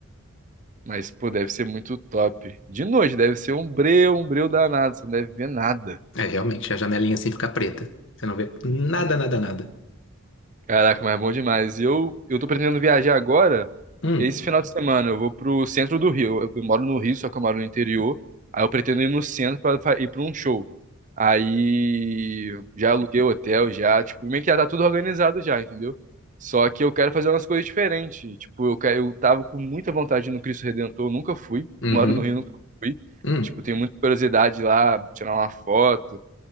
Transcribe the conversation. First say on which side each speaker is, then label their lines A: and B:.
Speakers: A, on the right (about 35°); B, on the left (about 60°).
A: Mas, pô, deve ser muito top. De noite, deve ser um breu, um breu danado. Você não deve ver nada.
B: É, realmente, a janelinha assim fica preta. Você não vê nada, nada, nada.
A: Caraca, mas é bom demais. E eu, eu tô pretendendo viajar agora.
B: Hum,
A: Esse final de semana eu vou pro centro do Rio. Eu, eu moro no Rio, só que eu moro no interior. Aí eu pretendo ir no centro pra, pra ir pra um show. Aí já aluguei o hotel, já, tipo, meio que já tá tudo organizado já, entendeu? Só que eu quero fazer umas coisas diferentes. Tipo, eu, quero- eu tava com muita vontade de ir no Cristo Redentor, eu nunca fui. <laughs>
B: uhum,
A: Moro no Rio, nunca fui.
B: hum,
A: Tipo, tenho muita curiosidade lá, tirar uma foto